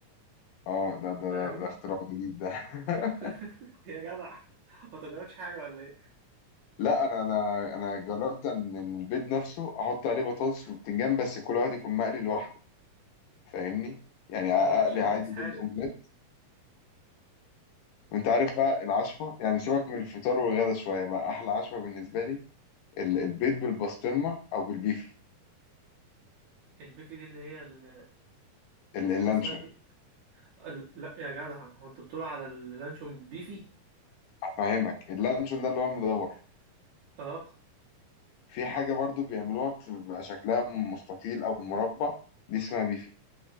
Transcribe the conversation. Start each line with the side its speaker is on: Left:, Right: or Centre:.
Left: اه ده ده
Right: فاهمني
Left: ده, ده اختراع جديد ده <laughs>
Right: <laughs> يا جدع ما تجربتش حاجة ولا إيه
Left: لا انا انا انا جربت ان إن البيض نفسه احط عليه بطاطس وبتنجان بس كل واحد يكون مقلي لوحده فاهمني يعني اقلي
Right: ما أنا عشان
Left: عادي
Right: بجس حالي
Left: بيض اومليت وانت عارف بقى العشوه يعني سيبك من الفطار والغدا شويه بقى احلى عشوه بالنسبه لي ال- البيض بالبسطرمه او بالبيفي
Right: البيفي دي اللي هي ال-
Left: ال- اللانشون
Right: اسمها بي... ال- لا يا جدع هو انت بتقول على اللانشون بيفي
Left: هفهمك اللانشون ده اللي هو المدور
Right: اه
Left: في حاجه برضو بيعملوها بتبقى شكلها مستطيل او مربع دي اسمها بيفي